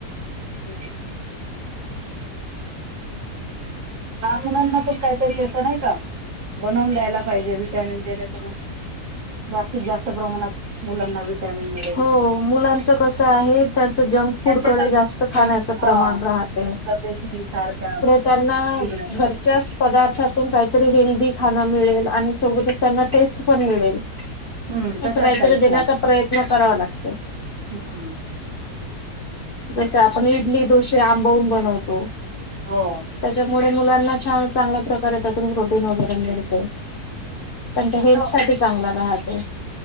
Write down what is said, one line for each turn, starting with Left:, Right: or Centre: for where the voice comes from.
Right: हम्म. लहान मुलांना पण काहीतरी असं नाही का,, बनवून द्यायला पाहिजे विटॅमिनच ते काय करून जास्तीत जास्त प्रमाणात,, मुलांना विटॅमिन मिळ
Left: हो मुलांच कसं आहे,, त्यांचं जंक
Right: त्यांच्या
Left: फूडकडे
Right: तर
Left: जास्त खाण्याचं
Right: जंक
Left: प्रमाण
Right: हा
Left: राहत
Right: तब्येती सारख्या
Left: त्यांना
Right: बिघडत राहतात.
Left: घरच्याच पदार्थातून काहीतरी हेल्दी खाणं मिळेल आणि सोबतच त्यांना टेस्ट पण मिळेल.
Right: हम्म
Left: असं
Right: तशाच
Left: काहीतरी
Right: टाईपचा
Left: देण्याचा प्रयत्न करावा लागतो.
Right: हम्म
Left: जसे आपण इडली डोसे आंबवून बनवतो.
Right: हो
Left: त्याच्यामुळे मुलांना छान चांगल्या प्रकारे त्यातून प्रोटीन वगैरे मिळते. त्यांच्या
Right: आता
Left: हेल्थ साठी चांगला राहते.